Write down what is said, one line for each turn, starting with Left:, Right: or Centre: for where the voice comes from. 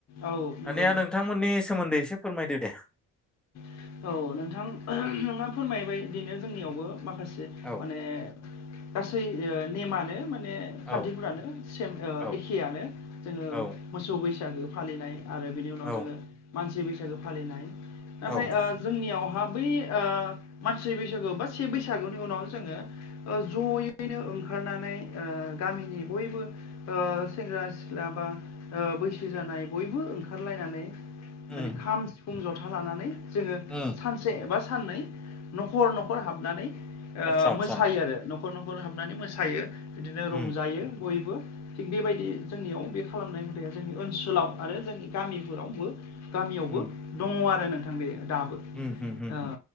Left: औ नंगौ
Centre: दानिया नोंथांमोननि सोमोन्दै एसे फोरमायदो दे?
Left: औ नोंथां ओहो नोंना फोरमायबाय बिदिनो जोंनियावबो माखासे
Centre: औ
Left: माने गासै नेमानो। माने
Centre: औ
Left: खान्थिफोरानो सेम
Centre: औ
Left: एखेयानो जोङो
Centre: औ
Left: मोसौ बैसागो फालिनाय आरो बिनि उनाव
Centre: औ
Left: जोङो मानसि बैसागो फालिनाइ नाथाय
Centre: औ
Left: जोंनियावहा बै ओ मानसि बैसागु बा से बैसागुनि उनावनो जोङो जयैनो ओंखारनानै ओ गामिनि बयबो ओ सेंग्रा सिख्ला बा ओ बै सो जानाय बयबो ओंखारलायनानै।
Centre: उम
Left: माने खाम सिफुं जथा लानानै जोङो
Centre: उम
Left: सानसे एबा साननै न'खर न'खर हाबनानै ओ
Centre: आतसा आतसा
Left: मोसायो आरो न'खर न'खर हाबनानै मोसायो। बिदिनो
Centre: उम
Left: रंजायो बय बो थिग बेबायदि जोंनियाव बे खालामनाय हुदाया जोंनि ओनसोलाव आरो जोंनि गामिफोरावबो गामियावबो
Centre: उम
Left: दङ' आरो नोंथां बे दाबो
Centre: उम उम उम
Left: ओ
Centre: उम